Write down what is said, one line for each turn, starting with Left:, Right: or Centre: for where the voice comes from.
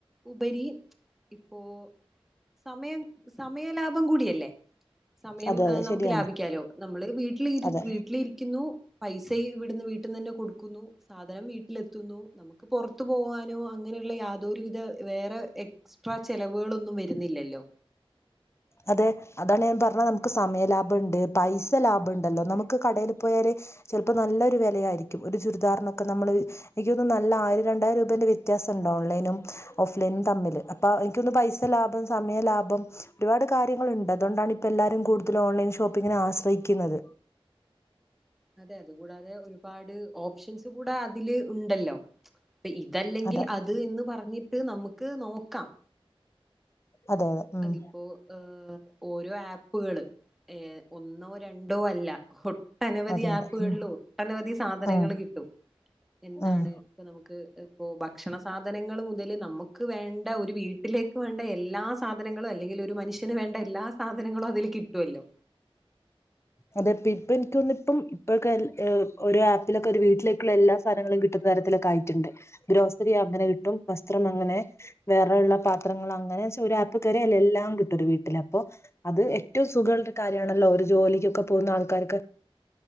Centre: ഉപരി ഇപ്പോ സമയം സമയ ലാഭം കൂടിയല്ലേ സമയം
Left: അതെ അതെ
Centre: ഏഹ് നമുക്ക്
Left: ശരിയാണ്
Centre: ലാഭിക്കാലോ നമ്മള് വീട്ടില് രു
Left: അതെ
Centre: വീട്ടിലിരിക്കുന്നു പൈസ ചെയ്യ് ഇവിട്ന്ന് വീട്ട്ന്നെന്നെ കൊടുക്കുന്നു സാധനം വീട്ടിലെത്തുന്നു. നമുക്ക് പൊറത്ത് പോവാനോ അങ്ങനെയുള്ള യാതൊരുവിധ വേറെ എക്സ്ട ട്രാ ചെലവുകളൊന്നും വരുന്നില്ലല്ലോ
Left: അതെ അതാണ് ഞാൻ പറഞ്ഞത് നമുക്ക് സമയ ലാഭംുണ്ട് പൈസ ലാഭംുണ്ടല്ലോ നമുക്ക് കടയിൽ പോയാല് ചിലപ്പോ നല്ലൊ ഒരു വിലയായിരിക്കും ഒരു ചുരിദാറിനൊക്കെ നമ്മള് എനക്ക്ൊന്നും നല്ല ആയിരം രണ്ടായിരം രൂപേന്റെ വ്യത്യാസം ഓൺലൈനും ഓഫ്ലൈനും തമ്മിൽ അപ്പോൾ എനിക്കൊന്ന് പൈസ ലാഭം സമയ ലാഭം ഒരുപാട് കാര്യങ്ങളുണ്ട് അതുകൊണ്ടാണ് ഇപ്പ എല്ലാരും കൂടുതല ഓൺലൈൻ ഷോപ്പിങ്ങിനെ ആശ്രയിക്കുന്നത്
Centre: അതെ അത കൂടാതെ ഒരുപാട് ഓപ്ഷൻസ് കൂടെ അതില് ഉണ്ടല്ലോ അപ്പൊ ഇതല്ലെങ്കിൽ
Left: അതെ
Centre: അത് എന്ന് പറഞ്ഞിട്ട് നമുക്ക് നോക്കാം
Left: അതെ അതെ ഉം
Centre: അ ഇപ്പോൊ ആഹ് ഓരോ ആപ്പുകള് ഏ ഒന്നോ രണ്ടോ അല്ല ഒട്ടനവധി
Left: അതെ അതെ
Centre: ആപ്പുകളിലോ
Left: ഉം
Centre: ഒട്ടനവധി സാധനങ്ങൾ
Left: ഉം
Centre: കിട്ടും എന്താണ്
Left: ഉം
Centre: ഇപ്പ നമുക്ക് ഇ ഭക്ഷണ സാധനങ്ങൾ മുതല് നമുക്ക് വേണ്ട ഒരു വീട്ടിലേക്ക് വേണ്ട എല്ലാ സാധനങ്ങളോ അല്ലെങ്കിൽ ഒരു മനുഷ്യന് വേണ്ട എല്ലാ സാധനങ്ങളും അതില് കിട്ടുമല്ലോ
Left: അതെ ഇപ്പ എനിക്ക്ൊന്നിപ്പം ഇപ്പൊക്കെ ഒരു ആപ്പിലൊക്കെ ഒരു വീട്ടിലേക്കുള്ള എല്ലാ സാധനങ്ങളും കിട്ടുന്ന തരത്തി കായിട്ടണ്ട് ക്രോസറി അങ്ങനെ കിട്ടും വസ്ത്രം അങ്ങനെ വേറെ ഉള്ള പാത്രങ്ങൾഅങ്ങനെ പ്പരല്ല എല്ലാം കിട്ടൂ ഒരു വീട്ടില അപ്പൊ അത് ഏറ്റവും സുഖമ ഒരു കാര്യമാണല്ലോ ഒരു ജോലിക്ക് കപൂർ ന കക്ക